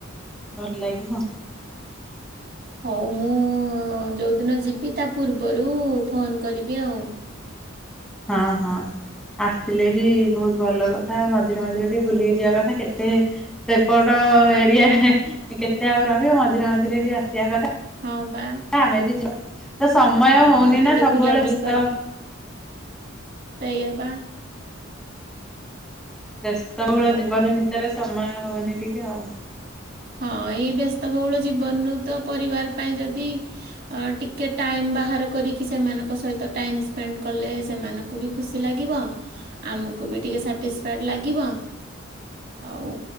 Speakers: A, in the centre; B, on the right (about 50°).
A: ଭଲ ଲାଗିବ।
B: ହଉ ମୁଁ ଯୋଉଦିନ ଯିବି ତା ପୂର୍ବରୁ ଫୋନ କରିବି ଆଉ।
A: ହଁ ହଁ। ଆସିଲେ ବି ବହୁତ ଭଲ କଥା ମଝିରେ ମଝିରେ ଟିକେ ବୁଲିକି ଯିବା କଥା କେତେ? ସେପଟ ଏରିଆରେ କେତେ ଆଉ ରହିବ ମଝିରେ ମଝିରେ ବି ଆସିବା କଥା।
B: ହଁ ବା।
A: ଆମେ ବି ଯିବା ତ ସମୟ
B: ହଁ
A: ହଉନି
B: ଟିକେ
A: ନା ସବୁବେଳେ
B: ବୁଲାବୁଲି
A: ତ।
B: ସେଇଆବା।
A: ବ୍ୟସ୍ତବହୁଳ
B: ଆଉ
A: ଜୀବନ ଭିତରେ ସମୟ ହଉନି ଟିକେ ଆଉ।
B: ହଁ ଏଇ ବ୍ୟସ୍ତବହୁଳ ଜୀବନରୁ ତ ପରିବାର ପାଇଁ ଯଦି ଅ ଟିକେ ଟାଇମ ବାହାର କରିକି ସେମାନଙ୍କ ସହିତ ଟାଇମ ସ୍ପେଣ୍ଡ କଲେ ସେମାନଙ୍କ କୁବି ଖୁସି ଲାଗିଵ ଆମୁକୁ ବି ଟିକେ ସାଟିସିଫାଏଡ଼େ ଲାଗିବ। ଆଉ